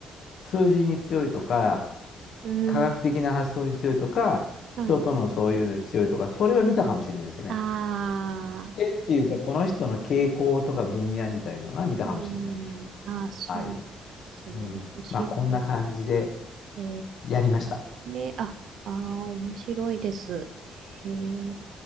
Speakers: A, on the left; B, on the right.
A: 数字に強いとか、
B: うん。
A: 科学的な発想に強いとか、
B: はい。
A: 人とのそういうのに強いとか、それは見たかもしれないですね。
B: あ
A: 見っていうか、この人の傾向とか分野みたいなのは見たかもしれないです。
B: うん。ああ、そうですね。
A: はい。うん。
B: 面白い。
A: まあ、こんな感じで
B: え
A: やりました。
B: えあ、ああ、面白いです。へえ。